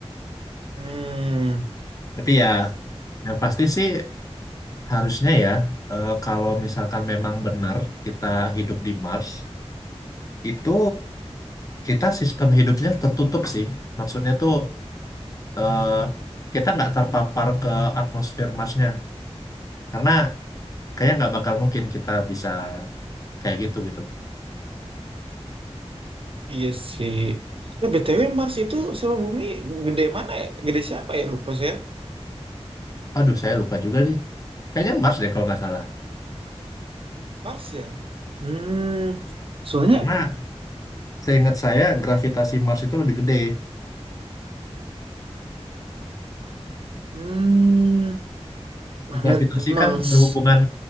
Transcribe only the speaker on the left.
tapi ya yang pasti sih harusnya ya eh, kalau misalkan memang benar kita hidup di Mars itu kita sistem hidupnya tertutup sih maksudnya tuh eh, kita nggak terpapar ke atmosfer Marsnya karena kayaknya nggak bakal mungkin kita bisa kayak gitu gitu loh
aduh saya lupa juga nih kayaknya Mars deh kalau nggak salah
karena Seingat saya gravitasi Mars itu lebih gede.
Gravitasi
kan berhubungan